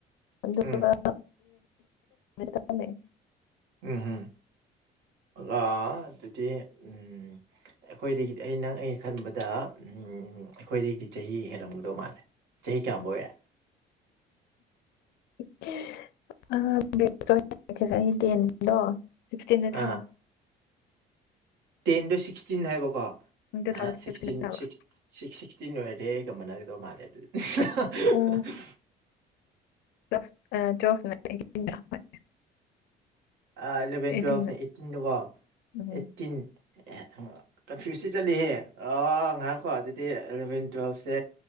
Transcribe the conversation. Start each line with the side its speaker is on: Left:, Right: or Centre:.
Left: ꯑꯗꯨꯒ
Right: ꯎꯝ
Left: <unintelligible>
Right: ꯎꯝꯝ ꯑꯗꯨꯗꯤ ꯎꯝ ꯎ ꯑꯩꯈꯣꯏꯗꯒꯤꯗꯤ ꯑ ꯅꯪ ꯑꯩꯅ ꯈꯟꯕꯗ ꯎ ꯑꯩꯈꯣꯏꯗꯒꯤꯗꯤ ꯆꯍꯤ ꯍꯦꯜꯔꯝꯒꯗꯧ ꯃꯥꯜꯂꯦ ꯆꯍꯤ ꯀꯌꯥꯝꯕ ꯑꯣꯏꯔꯦ
Left: <unintelligible> ꯁꯤꯛꯁꯇꯤꯟꯗ ꯊꯥꯕ
Right: ꯑꯥ ꯇꯦꯟꯗꯣ ꯁꯤꯛꯁꯇꯤꯟ ꯍꯥꯏꯕꯀꯣ
Left: ꯇꯨ ꯊꯥꯎꯖꯟ
Right: ꯁꯤꯛꯁꯇꯤꯟ
Left: ꯍꯥꯏꯕ
Right: ꯁꯤꯛꯁ ꯁꯤꯛꯁꯇꯤꯟ ꯑꯣꯏꯔꯦ ꯑꯩꯒ ꯃꯥꯟꯅꯒꯗꯧ ꯃꯥꯜꯂꯦ ꯑꯗꯨꯗꯤ
Left: ꯑꯣ <unintelligible>
Right: ꯑꯦꯂꯚꯦꯟ
Left: ꯑꯩꯠꯇꯤꯟꯗ
Right: ꯇꯨꯋꯦꯜꯐꯅꯦ ꯑꯩꯠꯇꯤꯟꯗꯀꯣ ꯑꯩꯠꯇꯤꯟ
Left: ꯎꯝ
Right: ꯑꯦ ꯀꯟꯐ꯭ꯌꯨꯁꯇꯤ ꯆꯠꯂꯤꯍꯦ ꯑꯥꯎ ꯑ ꯉꯥꯏꯔꯀꯣ ꯑꯗꯨꯗꯤ ꯑꯦꯂꯚꯦꯟ ꯇꯨꯋꯦꯜꯞꯁꯦ